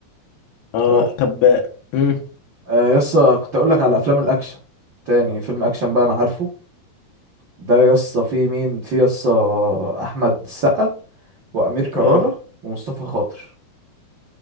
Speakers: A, on the left; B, on the right.
A: اه
B: اه أو-
A: طب امم
B: آه، يسا كنت اقول لك على افلام الاكشن تاني فيلم اكشن بقى انا عارفه ده يسا في مين في يسا احمد السقا وامير كرارة
A: اه
B: ومصطفى خاطر